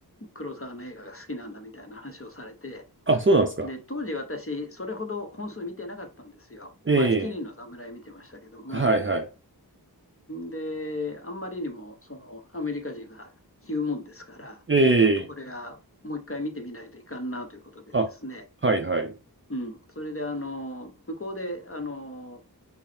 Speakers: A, on the left; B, on the right.
A: 黒沢の映画が好きなんだみたいな話をされて、
B: あ、そうなんですか。
A: で、当時私、それほど本数見てなかったんですよ。
B: ええ、
A: まあ、七人の侍見てましたけども、
B: はいはい。
A: で、あんまりにも、その、アメリカ人が言うもんですから、
B: ええ、
A: じゃあちょっとこれはもう一回見てみないといかんなということでですね、
B: あ、はいはい。
A: うん、それで、あの、向こうで、あの、